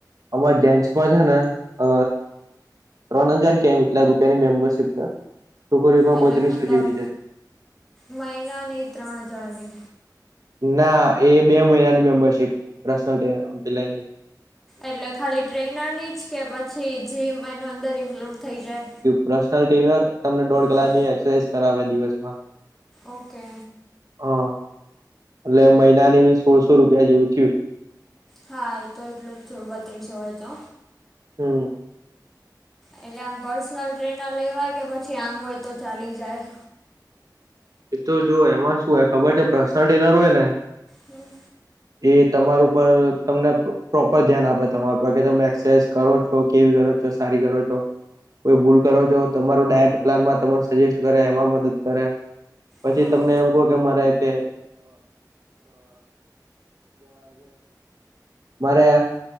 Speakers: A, on the right (about 55°); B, in the centre.
A: અમારા જેન્ટ્સમાં છે ને અ ત્રણ હજાર કેમ એટલા રૂપિયાની મેમ્બરશીપ છે, ટુકડીમાં
B: એટલે
A: બત્રીસો
B: મતલબ
A: જેવી છે.
B: મહિનાની ત્રણ હજારની
A: ના, એ બે મહિનાની મેમ્બરશીપ પર્નલ
B: એટલે ખાલી ટ્રેનરની જ કે પછી જીમ એનું અંદર ઇન્ક્લુડ થઈ જાય.
A: પર્શનલ ટ્રેઈનર તમને દોઢ કલાકની
B: હા.
A: એસરસાઝ કરાવે દિવસમાં.
B: ઓકે.
A: હા. એટલે મહિનાની સોળસો રૂપિયા જેવું થયું.
B: હા, એ તો એટલું જ થયું બત્રીસો હોય તો.
A: હમ્મ.
B: એટલે આમ પર્સનલ ટ્રેનર લેવાય કે પછી આમ હોય, તો ચાલી જાય?
A: એ તો જો એમાં શું હોય ખબર છે પર્સનલ ટ્રેઈનર હોય ને
B: હમ્મ.
A: એ તમાર ઉપર તમને પ્રોપર ધ્યાન આપે, તમારા પર કે તમે એક્સરસાઇઝ કરો છ છો, કેવી કરો છો સારી કરો છો. કોઈ ભૂલ કરો છો, તમારું ડાયટ પ્લાનમાં તમને સજેસ્ટ કરે એમાં મદદ કરે. પછી
B: હા
A: તમને એમ કહો કે મારે કે મારે